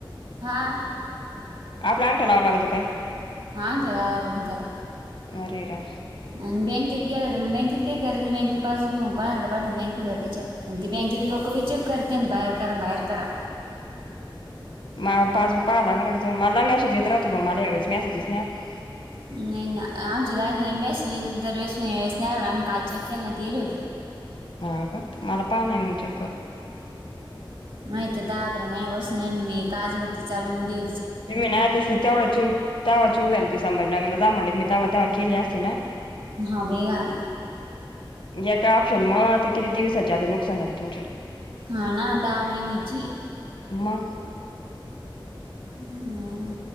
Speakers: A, on the right; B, on the left.
A: हा
B: आपला अ आण ठा लावं लागतो काय
A: हां त्याला हो त्याला
B: अरेरा
A: आणि बँकेत गेले तर मग बँकेत काय कररा नाही बँकेत पा ब घेऊ कोणाकडे पाट बँकेत हो त्याच्या आणि ती बँकेत लों विचक करते बाहेर करा बाहेर करा
B: म पासबुक पाहायला काडं मला मेसेज येत राहतो पण मला यावेळेस मेसेजच नाही आला.
A: नाही नाही आम जा मे दर वेस वेस नाहीण आ् कालचे केलं ना तेल
B: हा ग मला पान आहे मग चक्कर
A: माहिती दाकरा माझ बसून म काजती चालून उ्या
B: त मी ना तेवढा चूक तेवढ चूक झाली ति संभजी नगरला जा म्हणलेत मी दवा दावा केले असते ना
A: हा बाई घाण
B: या काय प्शन मग आता किती दिवससाचे आता नुकसान झालं तुम
A: हा ना दहा महिन्याची
B: मग
A: ह